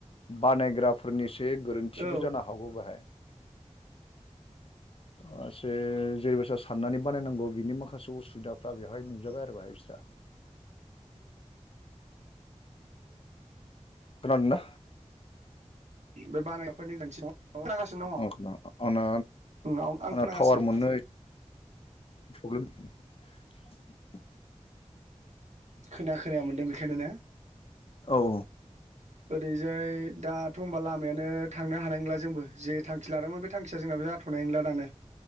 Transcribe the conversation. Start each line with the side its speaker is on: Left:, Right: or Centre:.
Left: बानायग्राफोरनि सायाव जे गोरोन्थिबो
Right: औ
Left: जानो हागौ बेहाय।
Right: <inaudible>
Left: ओ जेरैबोसा साननानै बानायनांगौ बिनि माखासे उसुबिदाफ्रा बेवहाय नुजाबाय आरो बेहाय बेस्रा।
Right: <inaudible>
Left: खोनादों ना?
Right: बे बान <unintelligible> फोरनि <unintelligible> खोनागासिनो
Left: औ खोनादों आंना
Right: दङ आं
Left: आंना
Right: खोनागासिनो।
Left: टावार मोननो <unintelligible>
Right: खोना खोनाया मोनदों बेखायनो ने?
Left: औ
Right: ओरैजाय दाथ' होनबा लामायानो थांनो हानाय नंला जोंबो। जे थांखि लादोंमोन बे थांखिया जोंनाबो जाथ' जाथनाय नंला दानो।